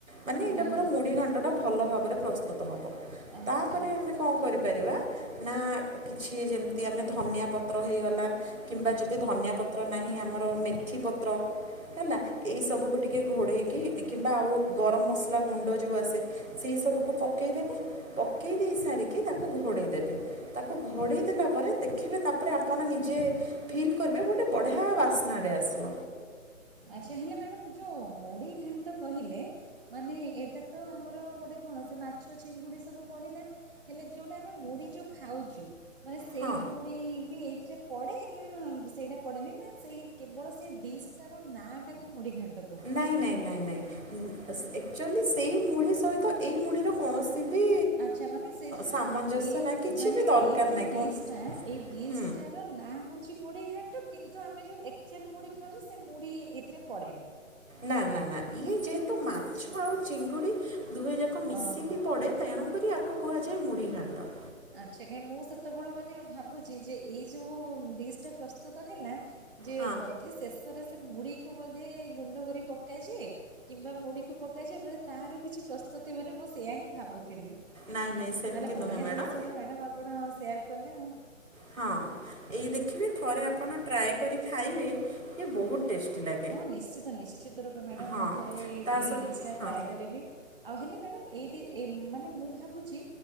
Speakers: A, on the right; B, on the right.
A: ମାନେ ଏଇଟା
B: ହୁଁ
A: ପୁରା
B: ହୁଁ
A: ମୁଢି ଘାଣ୍ଟ୍ ଏଟା ଭଲ ଭାବେରେ ପ୍ରସ୍ତୁତ ହବ
B: ଆଚ୍ଛା
A: ତାପରେ ଆମେ କଣ କରିପାରିବା ନା କିଛି ଯେମିତି ଆମେ ଧନିଆ ପତ୍ର ହେଇଗଲା କିମ୍ବା ଯଦି ଧନିଆ ପତ୍ର ନାହିଁ ଆମର ମେଥି ପତ୍ର ହେଲା ଏଇସବୁକୁ ଟିକେ ଘୋଡ଼େଇକି କିମ୍ବା ଆଉ ଗରମ୍ ମସଲା ଗୁଣ୍ଡ ଯଉ ଆସେ ସେଇ ସବୁକୁ ପକେଇଦବେ ପକେଇ ଦେଇ ସାରିକି ତାକୁ ଘୋଡେଇ ଦେବେ। ତାକୁ ଘୋଡେଇ ଦେଲା ପରେ ଦେଖିବେ ତାପରେ ଆପଣ ନିଜେ ଫିଲ୍ କରିବେ ଗୋଟେ ବଢିଆ ବାସ୍ନାଟେ ଆସିବ।
B: ଆଚ୍ଛା ହେଲେ ମ୍ୟାଡ଼ାମ୍ ଯଉ ମୁଢ଼ି ଘାଣ୍ଟ କହିଲେ ମାନେ ଏଇଟା ତ ଆମର ଗୋଟେ କଣ ସେ ମାଛ ଚିଙ୍ଗୁଡି ସବୁ ପଡିଲା ହେଲେ ଯଉଟା ଆମେ ମୁଢି ଯଉ ଖାଉଚୁ ମାନେ ସେଇ
A: ହଁ
B: ମୁ ଢି ବି ଏଇଥିରେ ପଡେ ନା ସେଇଟା ପଡେନି ନା ସେଇ କେବଳ ସେ ଡିସ୍ ତାର ନାଁଟା କୁ ମୁଢ଼ି ଘାଣ୍ଟ
A: ନାଇଁ -ନାଇଁ -ନାଇଁ- ନାଇଁ ଆକ୍ଚୁଏଲି ସେଇ ମୁଢ଼ି ସହିତ ଏଇ ମୁଢ଼ିର କୌଣସି ବି
B: ଆଚ୍ଛା ମାନେ ସେ ଯଉ
A: ସାମଞ୍ଜସ୍ୟ
B: ଏଇ
A: ନାହିଁ କିଛି
B: ମାନେ
A: ବି ଦରକାର
B: ଏଇ ଯଉ
A: ନାହିଁ
B: ଡିସ୍
A: କଣ
B: ଟା ଏଇ ଡିସ୍
A: ହୁଁ
B: ଟା ନାଁ ହଉଚି ମୁଢ଼ି ଘାଣ୍ଟ କିନ୍ତୁ ଆମେ ଯଉ ଆକ୍ଚୁଆଲି ମୁଢ଼ି ଖାଉଚୁ ସେ ମୁଢି ଏଥିରେ ପଡେନି।
A: ନା- ନା -ନା ଇଏ ଯେହେତୁ ମାଛ
B: ଆଚ୍ଛା
A: ଆଉ ଚିଙ୍ଗୁଡି ଦୁହେ ଯାକ ମିଶିକି
B: ଓହୋ।
A: ପଡେ ତେଣୁକରି ୟାକୁ କୁହାଯାଏ ମୁ଼ଢି ଘାଣ୍ଟ।
B: ଆଚ୍ଛା ଏ ମୁଁ ସେତେବେଳୁ ମାନେ ଭାବୁଚି ଯେ ଏଇ ଯଉ ଡିସ୍ ଟା ପ୍ରସ୍ତୁତ ହେଲା ଯେ
A: ହଁ
B: ବୋଧେ ଶେଷରେ ସେ ମୁଢିକୁ ବୋଧେ ଗୁଣ୍ଡ କରି ପକାଯେ କିମ୍ବା ମୁଢି କୁ ପକାଯାଏ ବୋଧେ ତାହାର କିଛି ପ୍ରସ୍ତୁତି ବୋଲି ମୁଁ ସେୟା ହିଁ ଭାବୁଥିଲି
A: ନାଇଁ ନାଇଁ ସେମିତି
B: ତାହେଲେ ବଢିଆ
A: ନୁହେଁ ମ୍ୟାଡ଼ମ୍
B: ଜିନିଷଟେ ମ୍ୟାଡାମ୍ ଆପଣ ସେୟାର୍ କଲେ ଆଉ।
A: ହଁ ଏଇ ଦେଖିବେ ଥରେ ଆପଣ ଟ୍ରାଏ କରି ଖାଇବେ କି ବହୁତ୍ ଟେଷ୍ଟି ଲାଗେ।
B: ହଁ ନିଶ୍ଚିତ ନିଶ୍ଚିତ ରୁପେ ମ୍ୟାଡାମ୍
A: ହଁ
B: ମୁଁ ଥରେ ଏଇ-
A: ତା
B: ଏଇ
A: ସହ
B: ଡିସ୍ ଟା
A: ହଁ
B: ଟ୍ରାଏ କରିବି। ଆଉ ହେଲେ ମ୍ୟାଡାମ୍ ଏଇ କି ଏ-ମାନେ ମୁଁ ଭାବୁଚି